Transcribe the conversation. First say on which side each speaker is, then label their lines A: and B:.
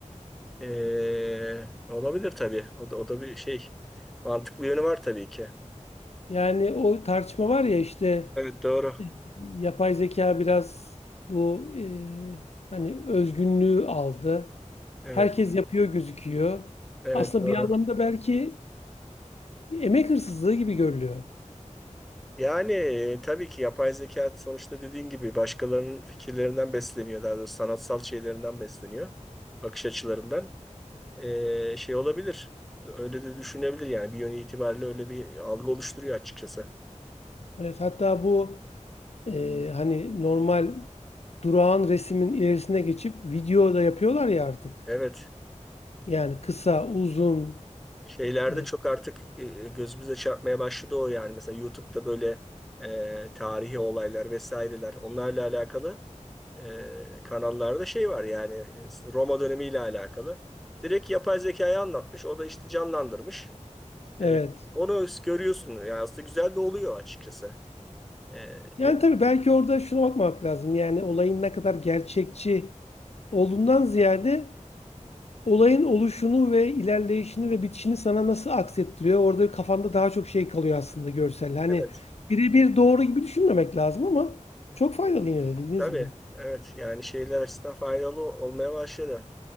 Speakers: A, in the centre; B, on the left (about 55°).
A: e, olabilir tabii. O da, o da bir şey. Mantıklı yönü var tabii ki.
B: Yani o tartışma var ya işte
A: Evet, doğru.
B: Yapay zeka biraz bu e, hani özgünlüğü aldı.
A: Evet,
B: Herkes yapıyor gözüküyor.
A: evet,
B: Aslında
A: doğru.
B: bir anlamda belki emek hırsızlığı gibi görülüyor.
A: Yani e, tabii ki yapay zeka sonuçta dediğin gibi başkalarının fikirlerinden besleniyor. Daha doğrusu sanatsal şeylerinden besleniyor. Bakış açılarından. E, şey olabilir. Öyle de düşünebilir yani. Bir yönü itibariyle öyle bir algı oluşturuyor açıkçası.
B: Evet, hatta bu e, hani normal durağan resmin ilerisine geçip video da yapıyorlar ya artık.
A: Evet.
B: Yani kısa, uzun.
A: Şeylerde
B: e,
A: çok artık e, e, gözümüze çarpmaya başladı o yani. Mesela YouTube'da böyle e, tarihi olaylar vesaireler onlarla alakalı e, kanallarda şey var yani e, Roma dönemiyle alakalı. Direkt yapay zekayı anlatmış. O da işte canlandırmış.
B: evet.
A: E, onu görüyorsun. Yani aslında güzel de oluyor açıkçası. E,
B: Yani
A: me-
B: tabii belki orada şuna bakmak lazım. Yani olayın ne kadar gerçekçi olduğundan ziyade Olayın oluşunu ve ilerleyişini ve bitişini sana nasıl aksettiriyor? Orada kafanda daha çok şey kalıyor aslında görsel. Hani
A: evet.
B: birebir doğru gibi düşünmemek lazım ama çok faydalı yine de dediğiniz
A: Tabii,
B: gibi.
A: evet. Yani şeyler açısından faydalı olmaya başladı.